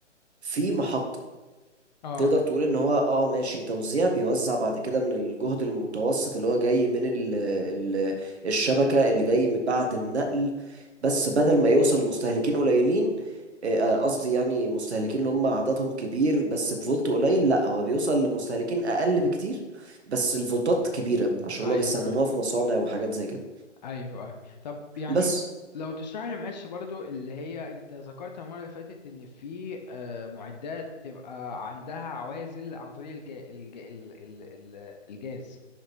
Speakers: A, on the right (about 60°); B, on the left (about 35°).
A: في محطة
B: اه
A: تقدر تقول ان هو اه ماشي توزيع بيوزع بعد كده من الجهد المتوسط اللي هو جاي من ال ال الشبكة اللي جاي من بعد النقل بس بدل ما يوصل لمستهلكين قليلين آه، آه، قصدي يعني مستهلكين اللي هم عددهم كبير بس بفولت قليل لا هو بيوصل لمستهلكين اقل بكتير بس الفولتات كبيرة عشان
B: ايوه
A: هم بيستخدموها
B: ايوه
A: في مصانع وحاجات زي كده
B: ايوه ايوه طب يعني
A: بس
B: لو تشرح لي معلش برضو اللي هي انت ذكرت المره اللي فاتت ان في آه، معدات بتبقى عندها عوازل عن طريق الجا... الجا... ال... ال... ال- الجاز